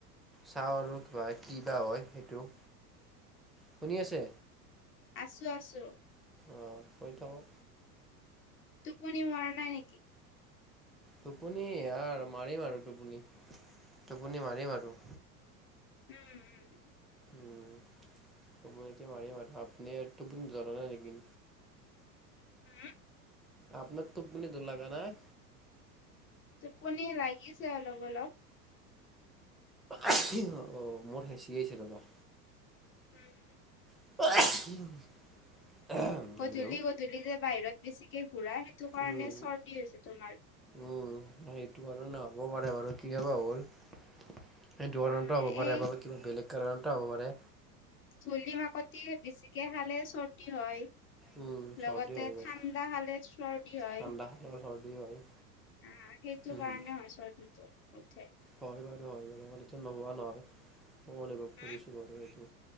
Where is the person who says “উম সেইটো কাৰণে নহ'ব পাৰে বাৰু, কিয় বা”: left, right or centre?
Centre